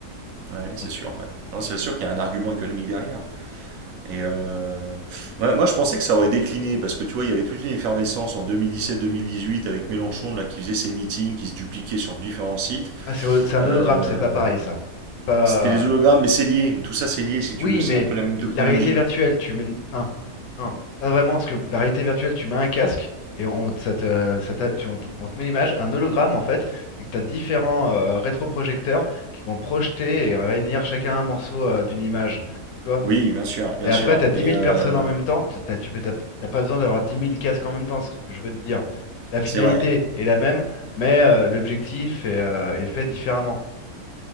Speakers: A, on the right (about 70°); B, on the left (about 75°).
A: ouais, c'est
B: Donc,
A: sûr, ouais. Non, c'est
B: donc-
A: sûr qu'il y a un argument économique derrière. Et euh, moi, moi, je pensais que ça aurait décliné parce que tu vois, il y avait toute une effervescence en deux deux mille mille dix-sept, deux mille dix-huit avec Mélenchon là, qui faisait ses meetings, qui se dupliquait sur différents sites.
B: ah, c'est c'est un
A: Euh,
B: hologramme, c'est pas pareil ça. C'est pas.
A: c'était les hologrammes, mais c'est lié. Tout ça, c'est lié si
B: Oui,
A: tu veux. C'est
B: mais
A: un peu la même
B: la
A: technologie.
B: réalité virtuelle, tu mets... Enfin, non, pas vraiment, parce que la réalité virtuelle, tu mets un casque et on, ça te, ça t'a- tu- on te, on te met l'image. Un hologramme, en fait, c'est que tu as différents euh, rétroprojecteurs qui vont projeter et réunir chacun un morceau euh, d'une image. Tu vois?
A: Oui, bien sûr, bien
B: Et après,
A: sûr.
B: tu as 10
A: Mais
B: 000
A: euh,
B: personnes en même temps. t'as- tu peux, t'as t'as pas besoin d'avoir dix mille casques en même temps, c'est ce que je veux te dire. La finalité
A: c'est vrai.
B: est la même, mais euh, l'objectif est, euh, est fait différemment.